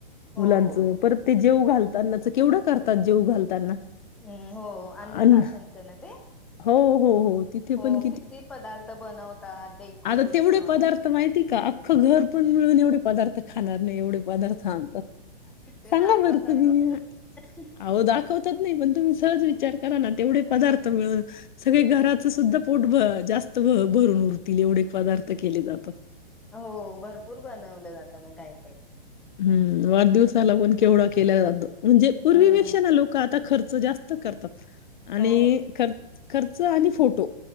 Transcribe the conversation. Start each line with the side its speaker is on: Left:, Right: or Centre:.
Centre: हो
Left: मुलांच
Centre: हो
Left: परत ते जेवू घालतानाच केवढं करतात जेवू घालताना.
Centre: हुं हो अन्न
Left: अन्
Centre: प्राशंनच ना ते
Left: हो, हो हो तिथे
Centre: हो
Left: पण
Centre: किती पदार्थ बनवतात डेकोरेशन
Left: आता तेवढे पदार्थ माहिती का अख्ख घर पण मिळून एवढे पदार्थ खाणार नाही एवढे पदार्थ आणतात
Centre: ते
Left: सांगा
Centre: दाखवतात
Left: बर तुम्ही
Centre: फक्त
Left: आहो दाखवतात नाही पण तुम्ही सज विचार करा ना तेवढे पदार्थ मिळून सगळे घराच सुद्धा पोटभ जास्त भरून उरतील एवढे पदार्थ केले जात
Centre: हो भरपूर बनवलं जातं मग काय थँक्यू
Left: हम् वाढदिवसाला पण केवढा केल्या जातो म्हणजे पूर्वीपेक्षा
Centre: हम्म
Left: ना लोक आता खर्च जास्त करतात आणि
Centre: हो
Left: खर खर्च आणि फोटो